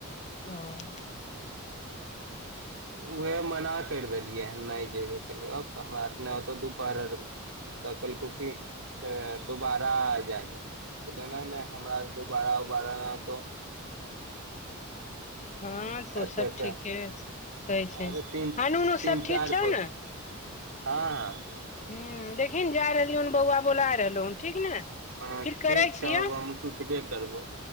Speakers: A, on the left; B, on the right.
A: हँ
B: उएह मना करि देलियै हन नहि जयबे केलियै आब हमराास नहि होतौ दुपर अरमे तऽकेलकोकी से दुोबारा जाएल कहले नहि नहि हमराास दो बारा बड़ा नहि होतौ
A: हँं तो
B: एते
A: सब
B: एते
A: ठीके कहै छै
B: अरे तीन
A: हान उनू
B: तीन
A: सब
B: चारि
A: ठीक छौ
B: कोस
A: ने
B: हँ हँ
A: ह देखिन जा रहलियौ हन बौआ बोला रहल हन ठीक ने
B: हँ
A: फिर
B: ठीक
A: करै
B: छौ
A: छियौ
B: आब हम सुतबे करबौ